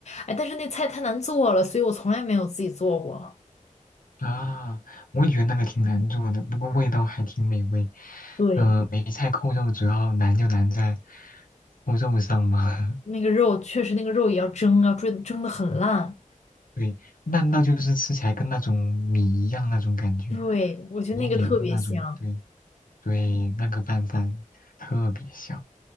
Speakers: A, on the left; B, on the left.
A: 哎，但是那菜太难做了，所以我从来没有自己做过。
B: 啊，我也觉得那个挺难做的，不过味道还挺美味。
A: 对，
B: 嗯、梅菜扣肉主要难就难在扣肉上嘛。
A: 那个肉确实，那个肉也要蒸，要蒸蒸的很烂。
B: <laughs> 对，烂到就是吃起来跟那种米一样那种感觉，
A: 对，我觉得那个特别香。
B: 黏黏的那种。对对，那个拌饭特别香。